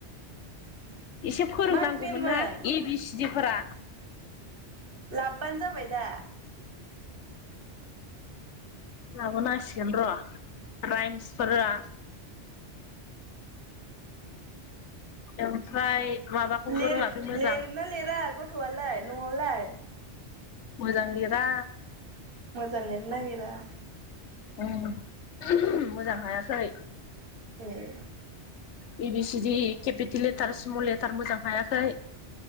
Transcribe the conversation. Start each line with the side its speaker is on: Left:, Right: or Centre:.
Left: एसे फोरोंनांगौमोन
Right: मा ओंख्रिमोन
Left: ना ए बि सिडि फोरा
Right: लाबबानो जाबाय दा
Left: लाबोनांसिगोन र' राइमसफोरा ओमफ्राय माबाखौबो
Right: लेरे
Left: रोङाखै मोजां
Right: लेरना लेरा गथ थ'वालाय न'वावलाय?
Left: मोजां लेरा।
Right: मोजां लिरनो नागिरा
Left: उम मोजां हायाखै
Right: A
Left: A B C D capital letter small letter मोजां हायाखै